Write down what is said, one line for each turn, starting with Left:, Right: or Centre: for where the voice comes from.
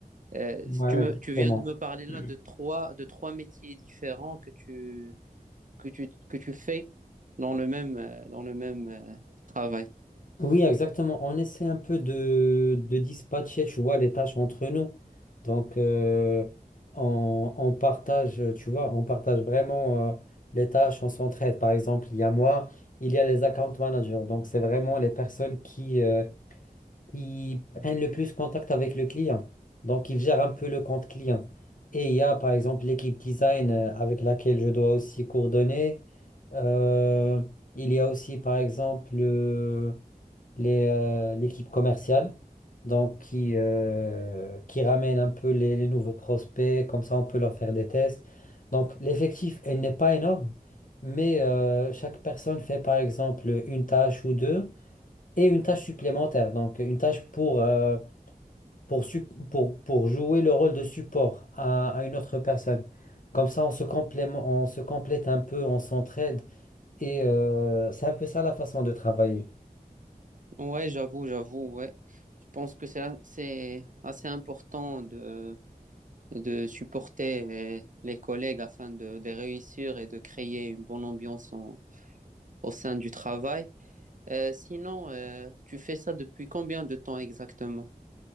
Right: Euh,
Left: Ouais,
Right: tu me,
Left: exactement.
Right: tu viens de me parler
Left: <clears throat>
Right: là de trois, de trois métiers différents que tu, que tu, que tu fais dans le même, euh, dans le même euh, travail.
Left: Oui, exactement. On essaie un peu de, de dispatcher, tu vois, les tâches entre nous. Donc, euh, on, on partage, tu vois, on partage vraiment euh, les tâches, on s'entraide. Par exemple, il y a moi, il y a les account managers. Donc, c'est vraiment les personnes qui, euh, qui prennent le plus contact avec le client. Donc, ils gèrent un peu le compte client. Et il y a, par exemple, l'équipe design euh, avec laquelle je dois aussi coordonner. Euh, il y a aussi, par exemple, le- les, euh, l'équipe commerciale, donc qui, euh, qui ramène un peu les, les nouveaux prospects, comme ça on peut leur faire des tests. Donc l'effectif, il n'est pas énorme, mais euh, chaque personne fait par exemple une tâche ou deux, et une tâche supplémentaire, donc une tâche pour, euh, pour, su- pour, pour jouer le rôle de support à, à une autre personne. Comme ça, on se complète, on se complète un peu, on s'entraide, et euh, c'est un peu ça la façon de travailler.
Right: Ouais, j'avoue, j'avoue, ouais. Je pense que c'est, c'est assez important de de supporter euh, les collègues afin de, de réussir et de créer une bonne ambiance en- au sein du travail. Euh, sinon, euh, tu fais ça depuis combien de temps exactement?